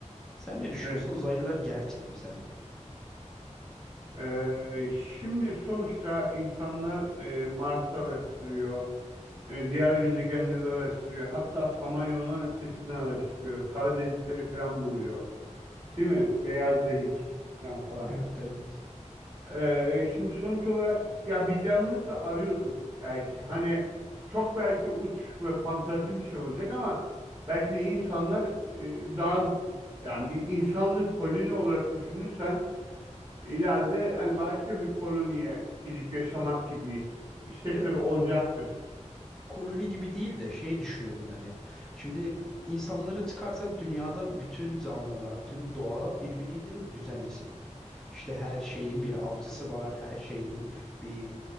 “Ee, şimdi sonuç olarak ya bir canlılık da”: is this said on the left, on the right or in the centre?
Right